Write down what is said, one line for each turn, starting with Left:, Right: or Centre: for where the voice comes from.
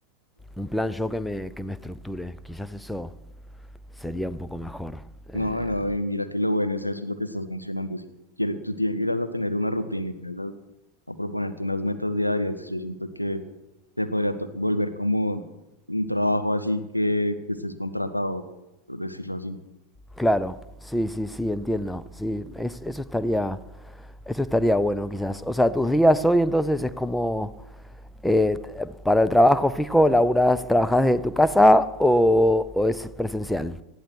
Centre: un plan yo que me, que me estructure. Quizás eso sería un poco mejor. Eh,
Left: No, no, y mira que lo bueno es eso, es lo que estás mencionando. Si quieres, tú tienes, llegas a tener una rutina y tienes a, a proponerte unas metas diarias, yo siento que te podría to- volver como un trabajo así que, que estés contratado, por decirlo así.
Centre: claro, sí, sí, sí, entiendo. Sí, es- eso estaría, eso estaría bueno quizás. O sea, tus días hoy entonces es como Eh, ¿Para el trabajo fijo laburas, trabajas desde tu casa o, o es presencial?